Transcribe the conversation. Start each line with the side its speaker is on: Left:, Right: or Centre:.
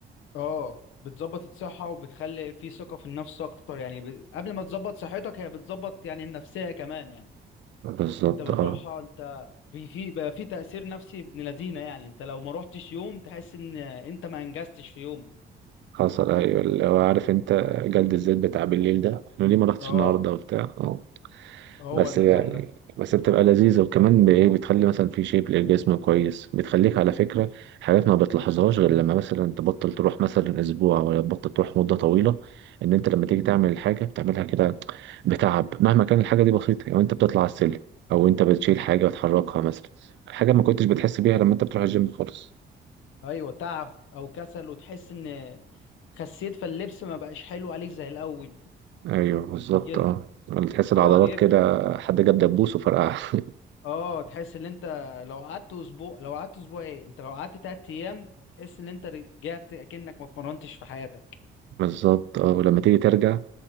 Left: اه بتظبط الصحة وبتخلي في ثقة في النفس اكتر يعني ب... قبل ما تظبط صحتك هي بتظبط يعني النفسية كمان يعني
Right: بالظبط
Left: انت بتروحها
Right: اه
Left: انت في في بقى في تأثير نفسي ابن لذينة يعني انت لو ما روحتش يوم تحس ان انت ما انجزتش في يومك
Right: حصل ايوه اللي هو عارف انت جلد الذات بتاع بالليل ده انا ليه ما رحتش
Left: اه
Right: النهارده وبتاع آه.
Left: هو
Right: بس
Left: النظام
Right: يعني
Left: ده
Right: بس بتبقى لذيذة وكمان بإيه بتخلي مثلا في شيب للجسم كويس بتخليك على فكرة حاجات ما بتلاحظهاش غير لما مثلا تبطل تروح مثلا أسبوع ولا تبطل تروح مدة طويلة إن أنت لما تيجي تعمل الحاجة بتعملها كده بتعب مهما كان الحاجة دي بسيطة يعني أنت بتطلع على السلم أو أنت بتشيل حاجة وتحركها مثلا حاجة ما كنتش بتحس بيها لما أنت بتروح الجيم خالص
Left: ايوه تعب او كسل وتحس ان خسيت فاللبس ما بقاش حلو عليك زي الاول
Right: أيوه بالظبط
Left: كده
Right: أه تحس
Left: فهو
Right: العضلات
Left: بيفرق
Right: كده حد جاب دبوس وفرقعها <laughs>
Left: اه تحس ان انت لو قعدت اسبوع لو قعدت اسبوع ايه انت لو قعدت تلات ايام تحس ان انت رجعت اكنك ما اتمرنتش في حياتك
Right: بالظبط اه ولما تيجي ترجع